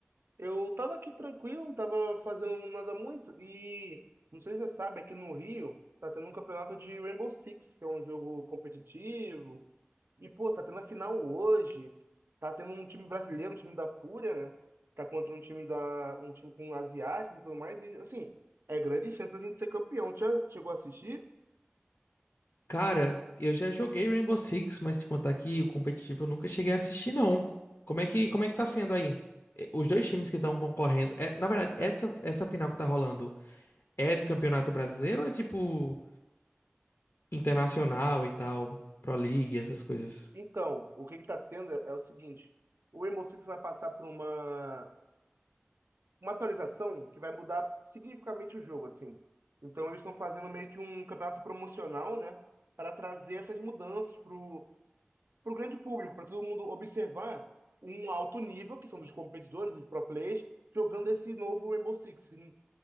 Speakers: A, on the right (about 65°); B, on the left (about 65°).
A: Eu tava aqui tranquilo, não tava fazendo nada muito e não sei se você sabe, aqui no Rio tá tendo um campeonato de Rainbow Six, que é um jogo competitivo. E pô, tá tendo a final hoje. Tá tendo um time brasileiro, um time da Fúria, né? Tá contra um time da um time com asiático e tudo mais e assim, é grande chance da gente ser campeão. Tu Já chegou a assistir?
B: Cara, eu já joguei Rainbow Six, mas te contar que o competitivo eu nunca cheguei a assistir, não. Como é que, como é que tá sendo aí? Eh, Os dois times que estão concorrendo. é, na verdade, essa, essa final que tá rolando é de campeonato brasileiro ou é tipo internacional e tal? Pro League, essas coisas.
A: Então, o que que tá tendo é é o seguinte, o Rainbow Six vai passar por uma uma atualização que vai mudar significativamente o jogo, assim. Então eles estão fazendo meio que um campeonato promocional, né, para trazer essas mudanças pro pro grande público, para todo mundo observar um alto nível, que são dos competidores, dos pro players, jogando esse novo Rainbow Six, que